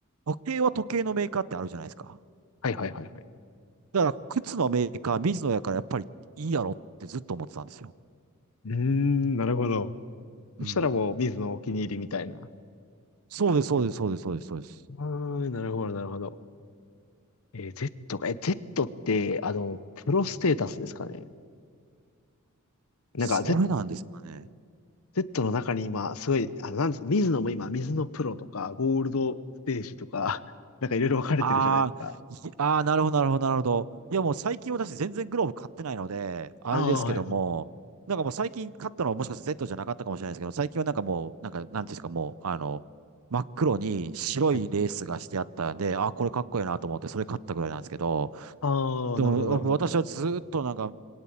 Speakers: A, on the right; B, on the left.
A: 時計は時計のメーカーってあるじゃないですか。
B: はいはいはいはい。
A: だから、靴のメーカー、水野やからやっぱりいいやろってずっと思ってたんですよ。
B: うーん、なるほど。
A: うん。
B: そしたらもう、水のお気に入りみたいな。
A: そうです、そうです、そうです、そうです、そうです。
B: あー、なるほど、なるほど。えー Z か。え、Z って、あの、プロステータスですかね。なんか、
A: それなんですかね。
B: Z、Z の中に今、すごい、あの、なんです、水野も今、水野プロとか、ゴールドステージとか、<laughs> なんかいろいろ分かれてるじゃないですか。
A: ああ、いああ、なるほど、なるほど、なるほど。いや、もう最近私全然グローブ買ってないので、あれですけども、
B: ああ、はいはい。
A: なんかもう最近買ったのはもしかして Z じゃなかったかもしれないですけど、最近はなんかもう、なんか、なんていうんですか、もう、あの、真っ黒に白いレースがしてあったんで、
B: はい。
A: あーこれかっこいいなと思って、それ買ったぐらいなんですけど、
B: ああ、
A: でも、
B: なるほど、なるほど。
A: 私はずっとなんか、